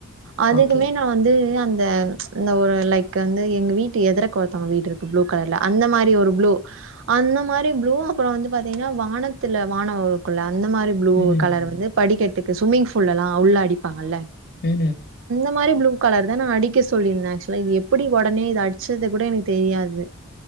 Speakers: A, on the right; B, on the left.
A: அதுக்குமே
B: ஓகே
A: வந்து அந்த ஒரு லைக் வந்து எங்க வீட்டு எதற்க ஒருத்தவங்க வீட்டு இருக்கு ப்ளு கலர்ல அந்த மாரி ஒரு ப்ளு அந்த மாரி ப்ளு அப்பற வந்து பாத்தீங்கன்னா வானத்துல வானோ குல அந்த மாறி ப்ளூ
B: ம்
A: கலர் வந்து படிக்கட்டுக்கு சும்மிங் ஃபூல்லலா உள்ள அடிப்பாங்கல்ல
B: உ உ
A: இந்த மாரி ப்ளூ கலர் தா நா அடிக்க சொல்லிருந்தே ஆக்சுவலா இது எப்டி ஒடனே இத அடிச்சத கூட எனக்கு தெரியாது